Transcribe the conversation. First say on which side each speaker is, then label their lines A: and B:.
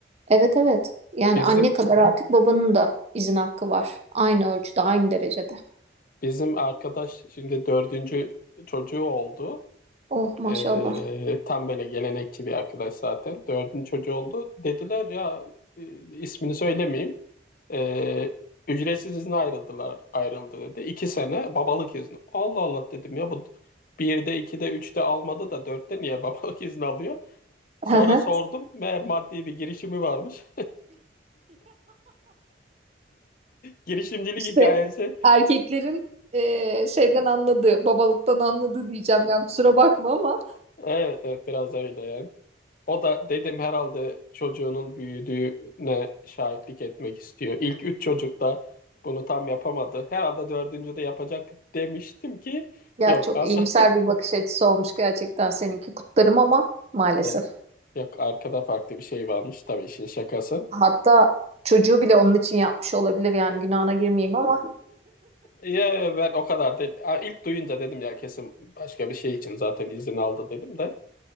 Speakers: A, on the right; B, on the left.
A: Evet evet yani
B: Bizim
A: anne kadar artık babanın da izin hakkı var. Aynı ölçüde aynı derecede.
B: bizim arkadaş şimdi dördüncü çocuğu oldu.
A: Oh maşallah.
B: Ee, tam böyle gelenekçi bir arkadaş zaten. Dördüncü çocuğu oldu. Dediler ya e, ismini söylemeyeyim. Ee, ücretsiz izne ayrıldılar. Ayrıldı dedi. İki sene babalık izni. Allah Allah dedim ya bu birde, ikide, üçte almadı da dörtte niye <laughs> babalık izni alıyor?
A: <laughs>
B: Sonra sordum. Meğer maddi bir girişimi varmış. <laughs> Girişimcilik
A: İşte
B: hikayesi.
A: erkeklerin eee, şeyden anladığı, babalıktan anladığı diyeceğim yani kusura bakma ama.
B: Evet evet biraz öyle yani. O da dedim herhalde çocuğunun büyüdüğüne şahitlik etmek istiyor. İlk üç çocuk da bunu tam yapamadı. Herhalde dördüncü de yapacak demiştim ki
A: Ya
B: yok
A: çok
B: asla
A: iyimser bir bakış açısı olmuş gerçekten seninki kutlarım ama
B: <laughs>
A: maalesef.
B: E, yok arkada farklı bir şey varmış tabii işin şakası.
A: Hatta çocuğu bile onun için yapmış olabilir yani günahına girmeyeyim ama.
B: Ya ben o kadar değil. Ha, İlk duyunca dedim ya kesin başka bir şey için zaten izin aldı dedim de.